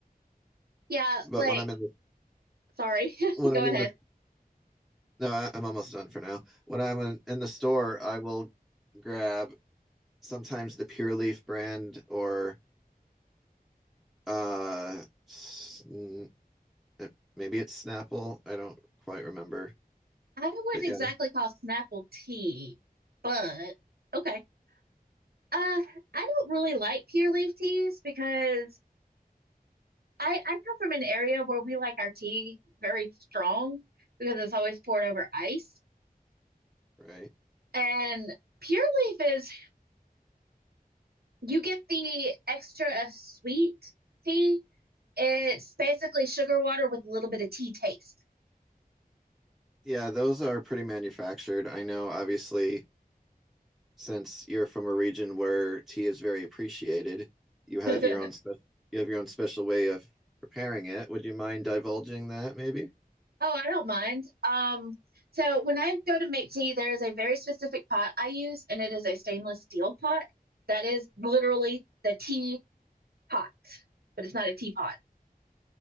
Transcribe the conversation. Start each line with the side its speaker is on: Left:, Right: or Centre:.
Right: Yeah,
Centre: But
Right: like,
Centre: when I'm in the
Right: sorry, <laughs>
Centre: when
Right: go
Centre: I'm
Right: ahead.
Centre: in the No, I, I'm almost done for now. When I'm in, in the store, I will grab sometimes the Pure Leaf brand or uh sn uh, maybe it's Snapple. I don't quite remember.
Right: I wouldn't
Centre: But
Right: exactly
Centre: yeah,
Right: call Snapple tea, but okay. Uh, I don't really like pure leaf teas because I I come from an area where we like our tea very strong because it's always poured over ice.
Centre: right.
Right: And pure leaf is you get the extra sweet tea It's basically sugar water with a little bit of tea taste.
Centre: Yeah, those are pretty manufactured. I know obviously since you're from a region where tea is very appreciated, you have
Right: <laughs>
Centre: your own special you have your own special way of preparing it. Would you mind divulging that maybe?
Right: Oh, I don't mind. Um, so when I go to make tea, there is a very specific pot I use, and it is a stainless steel pot that is literally the tea pot, but it's not a teapot.